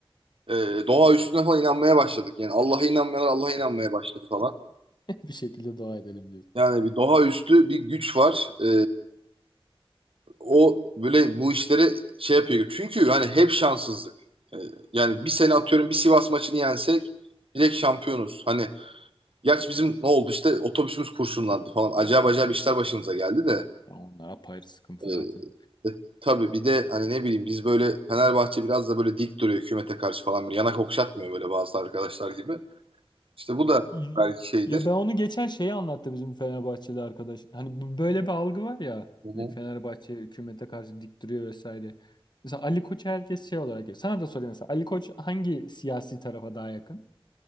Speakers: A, on the right; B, on the left.
A: e, doğa üstüne falan inanmaya başladık. Yani Allah'a inanmayanlar Allah'a inanmaya başladı falan.
B: Bir şekilde dua edelim diyor.
A: Yani bir doğa üstü bir güç var. E, o böyle bu işleri şey yapıyor. Çünkü hani hep şanssızlık. E, yani bir sene atıyorum bir Sivas maçını yensek direkt şampiyonuz. Hani gerçi bizim ne oldu işte otobüsümüz kurşunlandı falan. Acayip acayip işler başımıza geldi de.
B: Ya onlar apayrı sıkıntı
A: E,
B: zaten.
A: e, tabii bir de hani ne bileyim biz böyle Fenerbahçe biraz da böyle dik duruyor hükümete karşı falan. Böyle yanak okşatmıyor böyle bazı arkadaşlar gibi. İşte bu da
B: Y-
A: belki şeydir.
B: Ya ben onu geçen şeyi anlattı bizim Fenerbahçeli arkadaş. Hani bu- böyle bir algı var ya.
A: Hı hı.
B: Hani Fenerbahçe hükümete karşı dik duruyor vesaire. Mesela Ali Koç'u herkes şey olarak görüyor. Sana da sorayım mesela Ali Koç hangi siyasi tarafa daha yakın?